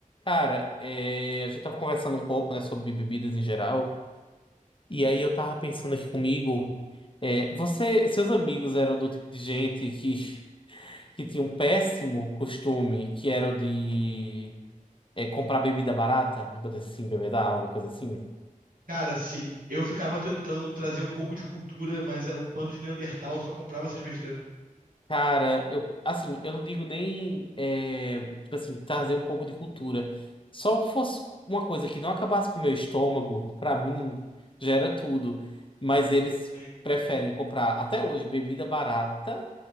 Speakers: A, on the left; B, on the right.
A: Cara, é, a gente tava conversando um pouco, né, sobre bebidas em geral, e aí eu tava pensando aqui comigo, é, você, seus amigos eram do tipo de gente que, que tinha um péssimo costume, que era o de é, comprar bebida barata, pra poder assim, beber água, alguma coisa assim?
B: Cara, sim. Eu ficava tentando trazer um pouco de cultura, mas era um bando de Neandertal, só comprava essas besteiras.
A: Cara, eu, assim, eu não digo nem, é, tipo assim, trazer um pouco de cultura. Só fosse uma coisa que não acabasse com o meu estômago, pra mim, já era tudo. Mas eles
B: Sim.
A: preferem comprar, até hoje, bebida barata